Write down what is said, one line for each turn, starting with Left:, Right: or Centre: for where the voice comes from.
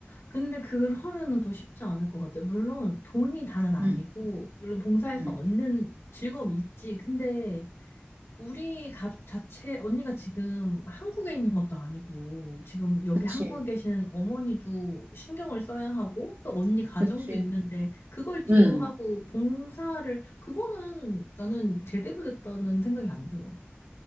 Left: 근데 그걸 하면은 더 쉽지 않을 것 같아. 물론 돈이 다는 아니고,
Right: 응,
Left: 물론 봉사에서
Right: 응.
Left: 얻는 즐거움이 있지. 근데 우리 가족 자체, 언니가 지금 한국에 있는 것도 아니고, 지금 여기
Right: 그치,
Left: 한국에 계시는 어머니도 신경을 써야 하고, 또 언니 가정도
Right: 그치.
Left: 있는데, 그걸 뒤로
Right: 응.
Left: 하고, 봉사를, 그거는 나는 제대로 됐다는 생각이 안 들어.